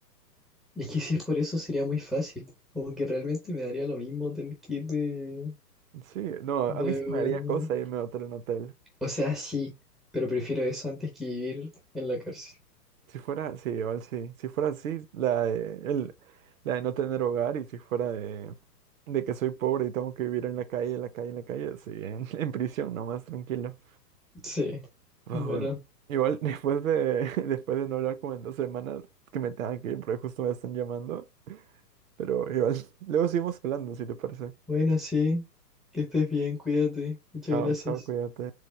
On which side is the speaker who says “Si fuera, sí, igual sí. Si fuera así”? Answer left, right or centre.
Right